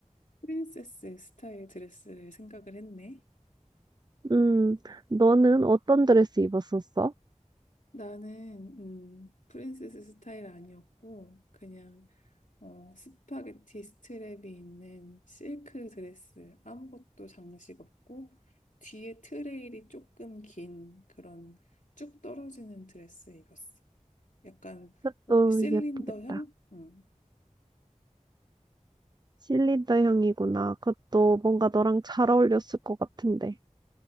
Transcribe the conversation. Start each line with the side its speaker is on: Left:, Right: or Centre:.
Left: 프린세스 스타일 드레스를 생각을 했네.
Right: 음, 너는 어떤 드레스 입었었어?
Left: 나는 음, 프린세스 스타일 아니었고 그냥 어, 스파게티 스트랩이 있는 실크 드레스, 아무것도 장식 없고, 뒤에 트레일이 조금 긴 그런 쭉 떨어지는 드레스 입었어. 약간
Right: 그것도
Left: 오- 실린더형?
Right: 예쁘겠다.
Left: 음.
Right: 실리더 향이구나. 그것도 뭔가 너랑 잘 어울렸을 것 같은데.